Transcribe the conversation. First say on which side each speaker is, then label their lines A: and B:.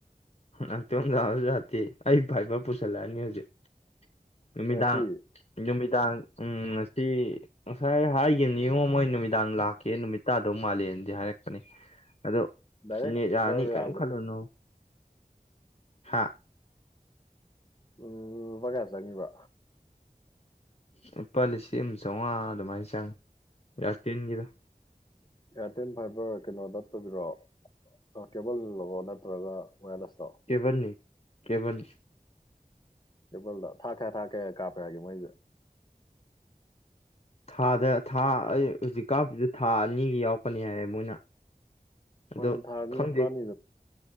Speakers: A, on the left; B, on the left.
A: ꯅꯥꯏꯇꯣꯝ ꯇꯥꯕ ꯖꯥꯇꯔꯤ ꯑꯩ ꯐꯥꯏꯕꯔ ꯄꯨꯁꯤꯜꯂꯛꯑꯅꯤ ꯍꯧꯖꯤꯛ ꯅꯨꯃꯤꯗꯥꯡ
B: ꯉꯁꯤ
A: ꯅꯨꯃꯤꯗꯥꯡ ꯎꯝ ꯉꯁꯤ ꯉꯁꯥꯏ ꯍꯥꯏꯈꯤꯕꯅꯤꯉꯣ ꯃꯣꯏ ꯅꯨꯃꯤꯗꯥꯡ ꯂꯥꯛꯀꯦ ꯅꯨꯃꯤꯠ ꯇꯥꯗꯧ ꯃꯥꯜꯂꯦꯅꯗꯤ ꯍꯥꯏꯔꯛꯄꯅꯤ ꯑꯗꯣ
B: ꯗꯥꯏꯔꯦꯛ
A: ꯅꯦꯠ
B: ꯐꯥꯏꯕꯔ
A: ꯌꯥꯥꯅꯤ ꯀꯩꯝ
B: ꯌꯥꯕ
A: ꯈꯜꯂꯨꯅꯨ ꯍꯥ
B: ꯎꯝ ꯂꯨꯄꯥ ꯀꯌꯥ ꯆꯪꯒꯤꯕ
A: ꯂꯨꯄꯥ ꯂꯤ ꯁꯤꯡ ꯑꯃ ꯆꯧꯉꯥ ꯑ ꯃꯥꯏ ꯆꯪ ꯌꯥꯔꯇꯦꯜꯒꯤꯗꯣ
B: <inaudible> ꯑꯦꯌꯥꯔꯇꯦꯜ ꯐꯥꯏꯕꯔ ꯀꯩꯅꯣꯗꯣ ꯔꯣ ꯑ ꯀꯦꯕꯜ ꯂꯔꯣ ꯅꯠꯇ꯭ꯔꯒ ꯑꯣꯌꯔꯂꯦꯁ
A: ꯀꯦꯕꯟꯅꯤ ꯀꯦꯕꯟ
B: ꯀꯦꯕꯜꯂ ꯊꯥꯛꯈꯦ ꯊꯥꯛꯈꯌꯥ ꯀꯥꯞꯄꯦ ꯍꯥꯏꯒꯦ ꯃꯣꯏꯖꯦ
A: ꯊꯥꯗ ꯊꯥ ꯑꯩ ꯍꯧꯖꯤꯛ ꯀꯥꯞꯄꯤꯖꯦ ꯊꯥ ꯑꯅꯤꯒꯤ ꯌꯥꯎꯔꯀꯅꯤ ꯍꯥꯏꯌꯦ ꯃꯣꯏꯅ
B: ꯍꯣꯏꯅꯦ
A: ꯑꯗꯣ
B: ꯊꯥꯑꯅꯤ
A: ꯈꯪꯗꯦ
B: ꯀꯑꯝꯃꯤꯗꯣ